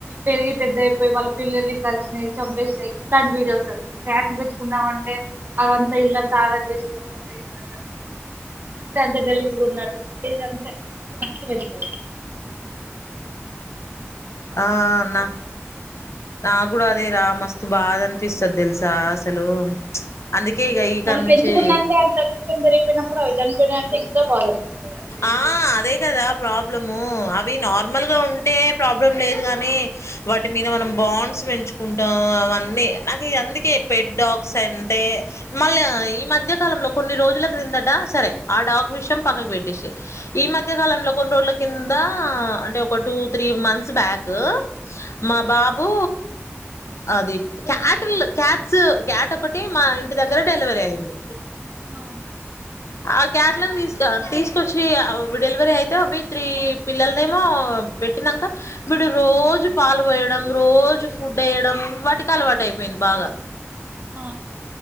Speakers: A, on the right; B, on the left.
A: పెరిగి పెద్ద అయిపోయి వాళ్ళ పిల్లల్ని కలిచినాయి చంపేసినాయి నాకు ఎప్పుడు ఇష్టం లేదు ఎందుకంటే నాకు అనిపిస్తుంది డాగ్స్ పెంచుకున్నప్పుడల్లా పెరిగి పెద్దయిపోయి వాటి పిల్లని కలిసినవి చంపేసినయి ఇట్లాంటి వీడియోస్ వస్తాయి క్యాట్ పెంచుకున్నామ అంటే అదంతా ఇల్లంతా ఆగం చేసిన తత వసినట్టు అనిపింది తా గలీజగా ఉన్నట్టుంది ఏదంతా అత్తలేదు మరి
B: ఆ అన్న నా కూడా అదే రా మస్తు బాధ అనిపిస్తది తెలుసా అసలు అందుకే ఇక ఈకాడ
A: మనం పెంచుకున్నాక
B: నుంచి
A: అంతషం <unintelligible> జరిగిపోయినప్పుడు అవి చనిపోయినాయంటే ఇంకా బాధ అనిపిస్తది అసలు ఎన్ని
B: ఆ
A: రోజులు
B: అదే కదా ప్రాబ్లము అవి నార్మల్గా ఉంటే ప్రాబ్లం లేదు కానీ వాటి మీద మనం బాండ్స్ పెంచుకుంటాం అవన్నీ నాకు అందుకే పెడ్ డాగ్స్ అంటే మళ్ళీ ఈ మధ్య కాలంలో కొన్ని రోజుల క్రిందట సరే ఆ డాగ్ విషయం పక్కకు పెట్టేసి ఈ మధ్య కాలంలో కొన్ని రోజుల కింద అంటే ఒక టూ త్రీ మంత్స్ బ్యాక్ మా బాబు అది క్యాట్ క్యాట్స్ క్యాట్ ఒకటి మా ఇంటి దగ్గర డెలివరీ అయింది
A: అవును
B: ఆ క్యాట్లను తీసుక తీసుకొచ్చి ఆ డెలివరీ అయితే అవి త్రీ పిల్లలనేమో పెట్టినంక వీడు రోజు పాలు పోయడం రోజు ఫుడ్డేయడం వాటికి అలవాటయిపోయింది బాగా
A: ఆ